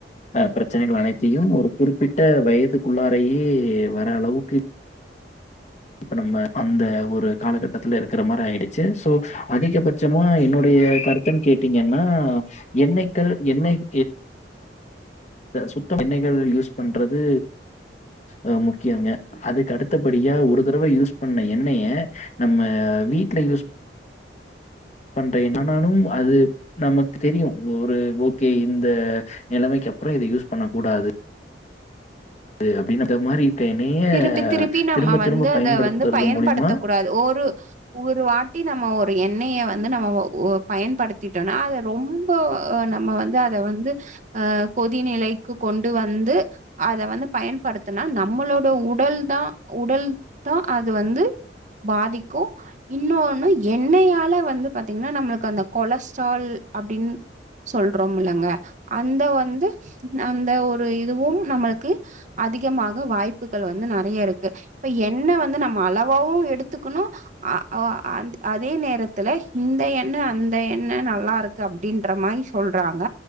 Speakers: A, on the left; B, on the right.
A: ஆ பிரச்சனைகள் அனைத்தையும் ஒரு குறிப்பிட்ட வயதுக்குள்ளரேயே வர அளவுக்கு இப்ப நம்ம அந்த ஒரு காலகட்டத்துல இருக்கிற மாரி ஆயிடுச்சு சோ அதிகபட்சமா என்னுடைய கருத் கேட்டீங்கன்னா எண்ணெய்க்கள் எண்ணெய் சுத்தம் எண்ணெய்கள் யூஸ் பண்றது அ முக்கியங்க அதுக்கு அடுத்தபடியா ஒரு தடவ யூஸ் பண்ண எண்ணெயே நம்ம வீட்ல யூஸ் பண்ற எண்ணெ ஆனாலு அது நமக்கு தெரியு ஒரு ஓகே இந்த நிலமைக்கு அப்பறோ இத யூஸ் பண்ண கூடாது து அப்டின்னு அந்த மாரி என்னைய
B: திருப்பி திருப்பி நம்ம
A: திரும்ப திரும்ப
B: வந்து
A: பயன்படுத்துறது
B: அத வந்து பயன்படுத்த
A: மூலியமா
B: கூடாது ஒரு ஒரு வாட்டி நம்ம ஒரு எண்ணெய வந்து நம்ம ஓ பயன்படுத்திட்டோனா அத ரொம் போ நம்ம வந்து அத வந்து அ கொதிநிலைக்கு கொண்டு வந்து அத வந்து பயன்படுத்துனா நம்மளோட உடல் தா உடல் தா அது வந்து பாதிக்கு இன்னொன்னு எண்ணெயால வந்து பாத்தீங்கன்னா நம்மளுக்கு அந்த கொலஸ்ட்ரால் அப்டின்னு சொல்றோம்ல்லங்க அந்த வந்து அந்த ஒரு இதுவும் நம்மளுக்கு அதிகமாக வாய்ப் புக்கள் வந்து நெறய இருக்கு இப்ப எண்ணெய் வந்து நம்ம அளவாவு எடுத்துக்கணு ஆ ஆ அதே நேரத்துல இந்த எண்ணெய் அந்த இந்த எண்ணெய் நல்லா இருக்கு அப்டின்ற மாரி சொல்றாங்க